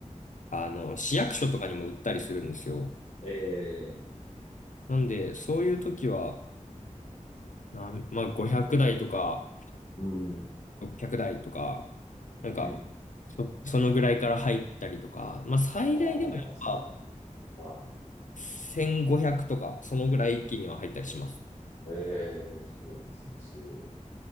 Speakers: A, on the left; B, on the left.
A: あの、市役所とかにも売ったりするんですよ。
B: ええ
A: なんで、そういう時は、なんまあ、500台とか、
B: うん。
A: 600台とか、なんか、
B: うん。
A: そ、そのぐらいから入ったりとか、まあ、最大でもやっぱ、
B: ああ、ですね。はい
A: 1500とか、そのぐらい一気には入ったりします。
B: ええ、そうなんですね。そ